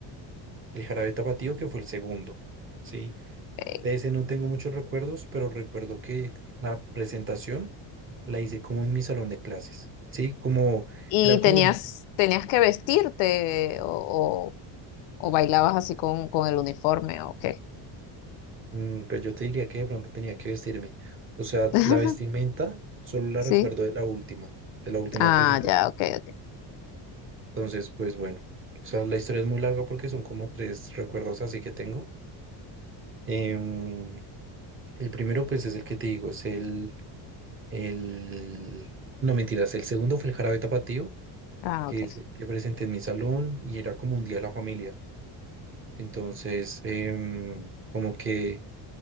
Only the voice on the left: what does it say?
ok.
¿Y
tenías,
tenías que vestirte o, o, o bailabas así con, con el uniforme o qué?
<laughs>
Sí.
Ah,
ya, ok, ok.
Ah,
ok.